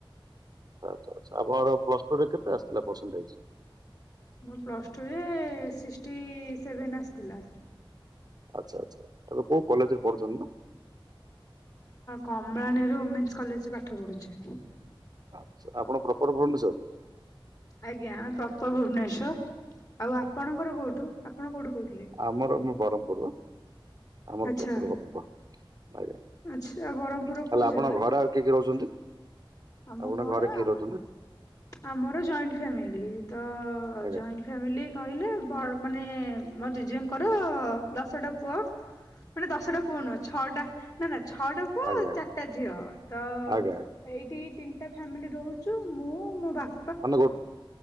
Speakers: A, on the right; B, on the left.
A: ଆଛା ଆଛା ଆପଣଙ୍କର ପ୍ଲସ ଟୁ ରେ କେତେ ଆସିଥିଲା ପରସେଣ୍ଟେଜ?
B: ମୁଁ ପ୍ଲସ ଟୁ ରେ ସିକ୍ସଟି ସେଭେନ୍ ଆସିଥିଲା।
A: ଆଚ୍ଛା ଆଚ୍ଛା ଏବେ କୋଉ କଲେଜରେ ପଢୁଛନ୍ତି ନା?
B: କମଳାନୀରୁ ଓମେନ୍ସ କଲେଜ ରେ ପାଠ ପଢୁଛି।
A: ଆଛା ଆପଣ ପ୍ରପର ଭୁବନେଶ୍ୱର।
B: ଆଜ୍ଞା ଆମେ ପ୍ରପର ଭୁବନେଶ୍ଵର ଆଉ ଆପଣଙ୍କର କୋଉଠୁ ଆପଣ କୋଉଠୁ? କହୁଥିଲେ
A: ଆମର ମୁଁ ବ୍ରରହ୍ମପୁର ଆମର
B: ଆଚ୍ଛା
A: ପ୍ରପର ବ୍ରହ୍ମପୁର ଆଜ୍ଞା।
B: ଆଚ୍ଛା ବ୍ରହ୍ମପୁରର
A: ତାହେଲେ
B: କୋଉ
A: ଆପଣଙ୍କ
B: ଜାଗା
A: ଘରେ ଆଉ କିଏ କିଏ ରହୁଛନ୍ତି?
B: ଆମ
A: ଆପଣଙ୍କ
B: ଘରେ।
A: କିଏ ରହୁଛନ୍ତି
B: ଆମର ଜଏଣ୍ଟ ଫାମିଲି ତ
A: ଆଜ୍ଞା
B: ଜଏଣ୍ଟ ଫାମିଲି କହିଲେ ଵ ମାନେ ମୋ ଜେଜେଙ୍କର ଦଶଟା ପୁଅ। ମାନେ ଦଶଟା ପୁଅ ନୁହ ଛଅଟା ନା ନା ଛଅଟା ପୁଅ
A: ଆଜ୍ଞା ଆଜ୍ଞା
B: ଚାରିଟା ଝିଅ ତ
A: ଆଜ୍ଞା ଆଜ୍ଞା
B: ଏଇଠି ତିନିଟା ଫ୍ୟାମିଲି ରହୁଚୁ ମୁଁ ମୋ ବାପ
A: ମାନେ ଗୋ